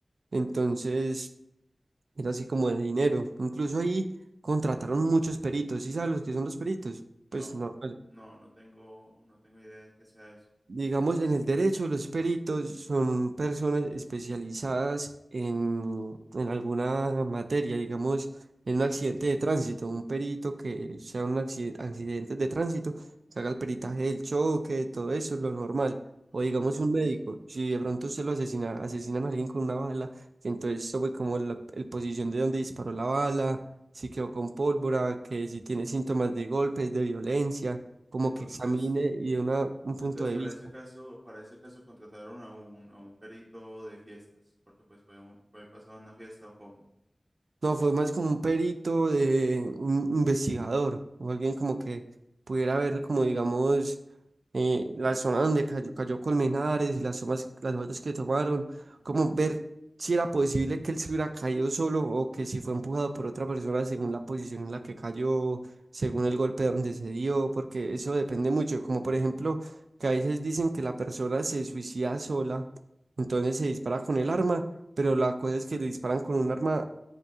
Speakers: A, on the right; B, on the right.
A: Entonces, era así como de dinero. Incluso ahí contrataron muchos peritos, ¿sí sabes los que son los peritos? Pues
B: No,
A: no,
B: no, no tengo, no tengo idea de que sea eso.
A: Digamos, en el derecho, los peritos son personas especializadas en, en alguna materia, digamos, en un accidente de tránsito, un perito que sea un acci- accidente de tránsito, que haga el peritaje del choque, todo eso, lo normal.
B: Ajá.
A: O digamos, un médico,
B: o s-
A: si de pronto usted lo asesina, asesinan a alguien con una bala, entonces sobre como la el posición de donde disparó la bala, si quedó con pólvora, que si tiene síntomas de golpes, de violencia como
B: entonces,
A: que examine y dé una, un punto
B: entonces
A: de
B: para
A: vista.
B: ese caso, para ese caso contrataron a un, a un perito de fiestas, porque pues fue, un- fue pasado en una fiesta o cómo.
A: No, fue más como un perito de un investigador, o alguien como que pudiera ver como digamos eh, la zona donde cayó, cayó Colmenares y las tomas, las fotos que tomaron,
B: Ah,
A: como
B: ok.
A: ver si era posible que él se hubiera caído solo o que si fue empujado por otra persona según la posición en la que cayó, según el golpe donde se dio, porque eso depende mucho, como por ejemplo que a veces dicen que la persona se suicida sola, entonces se dispara con el arma pero la cosa es que le disparan con un arma